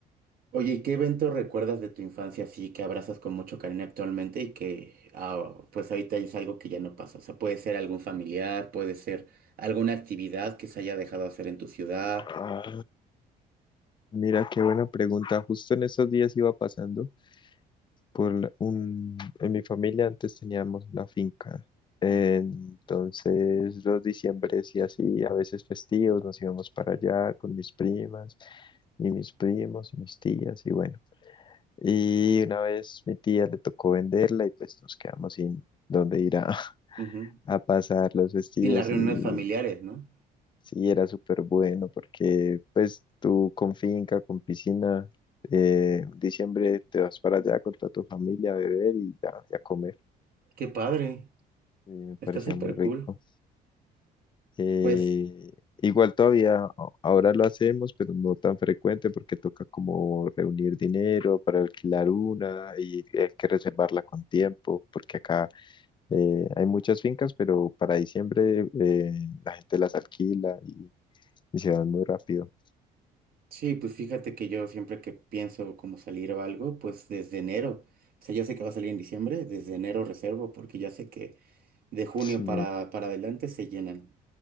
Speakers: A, on the right (about 60°); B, on the left (about 30°).
A: Oye, ¿y qué evento recuerdas de tu infancia así que abrazas con mucho cariño actualmente y que ah, pues ahorita es algo que ya no pasa? O sea, puede ser algún familiar, puede ser alguna actividad que se haya dejado hacer en tu ciudad.
B: Ah, mira, qué buena pregunta. Justo en estos días iba pasando por la- un... En mi familia antes teníamos una finca. Entonces
A: Ujú.
B: los diciembres y así, a veces festivos, nos íbamos para allá con mis primas y mis primos y mis tías y bueno. Y una vez mi tía le tocó venderla y pues nos quedamos sin dónde ir a, <laughs>
A: Ujú.
B: a pasar los festivos
A: Sin las reuniones
B: y
A: familiares, ¿no?
B: Sí, era súper bueno porque pues tú con finca, con piscina, eh, en diciembre te vas para allá con toda tu familia a beber y ya, y a comer.
A: Qué padre,
B: Y me parecía
A: está súper
B: muy rico.
A: cool.
B: Eh,
A: Pues
B: igual todavía a- ahora lo hacemos, pero no tan frecuente porque toca como reunir dinero para alquilar una y hay que reservarla con tiempo porque acá Eh, hay muchas fincas, pero para diciembre eh, la gente las alquila y, y se van muy rápido.
A: sí, pues fíjate que yo siempre que pienso como salir o algo, pues desde enero, o sea, ya sé que va a salir en diciembre, desde enero reservo, porque ya sé que de junio
B: Sí,
A: para, para adelante se llenan.